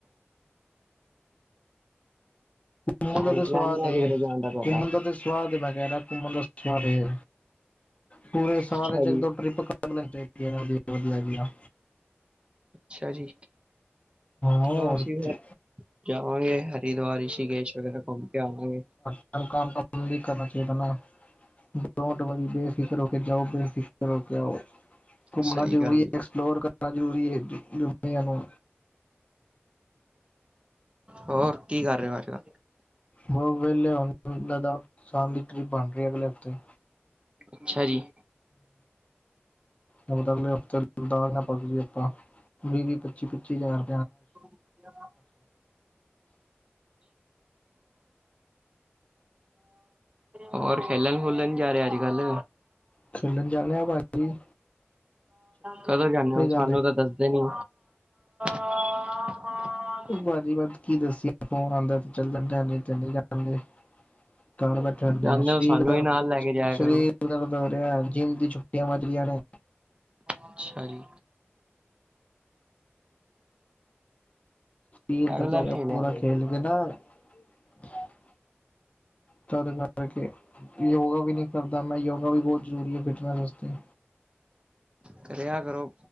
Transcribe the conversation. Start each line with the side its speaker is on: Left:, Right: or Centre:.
Left: ਘੁੰਮਣ
Right: ਹੁਣ
Left: ਦਾ ਤੇ
Right: ਪਲੈਨ
Left: ਸਵਾਦ
Right: ਨੀ ਹੈ
Left: ਏ
Right: ਕਿਧਰੇ
Left: ਐ,
Right: ਜਾਣ ਤੁਹਾਡਾ
Left: ਘੁੰਮਣ ਦਾ ਤੇ ਸਵਾਦ ਏ, ਮੈਂ ਕੇਹ ਰਿਹਾ ਘੁੰਮਣ ਦਾ ਸਵਾਦ ਏ, ਪੂਰੇ ਸਾਲ
Right: ਅੱਛਾ
Left: ਚ ਇਕ
Right: ਜੀ
Left: ਦੋ ਟ੍ਰਿਪ <unintelligible> ਵਧੀਆ-ਵਧੀਆ
Right: ਅੱਛਾ ਜੀ,
Left: ਹੋਰ
Right: ਚਲੋ ਅਸੀਂ ਫੇਰ
Left: ਕੀ।
Right: ਜਾਵਾਂਗੇ। ਹਰਿਦੁਵਾਰ, ਰਿਸ਼ੀਕੇਸ਼ ਵਗੈਰਾ ਕੌਮ ਕੇ ਆਵਾਂਗੇ।
Left: ਮ ਕਰਨਾ ਚਾਹੀਦਾ ਨਾ ਡੋਂਟ ਵਾਰੀ ਬੇਫਿਕਰ ਹੋ ਕੇ ਜਾਓ ਬੇਫਿਕ ਕ ਹੋ ਕੇ ਆਓ, ਕੁਮਣਾ
Right: ਸਹੀ
Left: ਜ਼ਰੂਰੀ
Right: ਗੱਲ
Left: ਏ, ਐਕਸਪਲੋਰ ਕਰਨਾ ਜ਼ਰੂਰੀ ਏ, ਦਨੀਆਂ ਨੂੰ
Right: ਹੋਰ ਕੀ ਕਰ ਰਹੇ ਹੋ ਅੱਜ-ਕੱਲ?
Left: ਬ ਵੇਲੇ ਹੁਣ ਲਦਾਖ ਸ਼ਾਨ ਦੀ ਟ੍ਰਿਪ ਬਣ ਰਹੀ ਏ ਅਗਲੇ ਹਫ਼ਤੇ।
Right: ਅੱਛਾ ਜੀ।
Left: ਹੂੰ ਅਗਲੇ ਹਫ਼ਤੇ ਦਾ ਲਦਾਖ ਪਗ ਟਰਿਪ ਆ। ਵੀ-ਵੀ, ਪੱਚੀ-ਪੱਚੀ ਹਜ਼ਾਰ
Right: <inaudible> ਹੋਰ ਖੇਲਣ-ਖੁਲਣ ਨੀ ਜਾ ਰਿਹਾ ਅੱਜ-ਕੱਲ?
Left: ਖੇਲਣ ਜਾਨੇ ਆ ਪਾਜੀ।
Right: ਕਦੋ ਜਾਨੇ ਹੋ,
Left: ਗੱਲ
Right: ਸਾਨੂੰ
Left: ਹੈ
Right: ਤਾਂ ਦੱਸਦੇ ਨੀ। <inaudible>
Left: ਪਾਜੀ ਵਸ ਕੀ ਦੱਸੀਏ ਫੋਨ ਆਦਾ ਚੱਲ ਜਾਨੇ ਆ ਨਈ ਤੇ ਨਈ ਜਾਨਦੇ। ਕਾਰ ਬੈਠੇ ਹੇਣੇ
Right: ਜਾਂਦੇ
Left: ਆ, ਸਰੀਰ
Right: ਹੋ ਸਾਨੂੰ
Left: ਦਾਰ
Right: ਵੀ ਨਾਲ ਲੈ ਕੇ ਜਾਇਆ
Left: ਸਰੀਰ
Right: ਕਰੋ।
Left: ਦਰਦ ਹੋ ਰੇਨਾ, ਜਿੰਮ ਦੀ ਛੁੱਟੀਆਂ ਵਜ ਰਹੀਆਂ ਨੇ
Right: ਅੱਛ ਜੀ
Left: ਲ
Right: ਰੈਗੂਲਰ ਖੇਲਿਆ
Left: ਪੂਰਾ
Right: ਕਰੋ।
Left: ਖੇਲ ਕੇ ਨਾ <unintelligible> ਤਦ ਕਰਕੇ ਯੋਗਾ ਵੀ ਨਹੀਂ ਕਰਦਾ ਮੈਂ ਯੋਗਾ ਵੀ ਬਹੁਤ ਜ਼ਰੂਰੀ ਹੈ ਫਿਟਨੈਸ ਵਾਸਤੇ।
Right: ਕਰਿਆ ਕਰੋ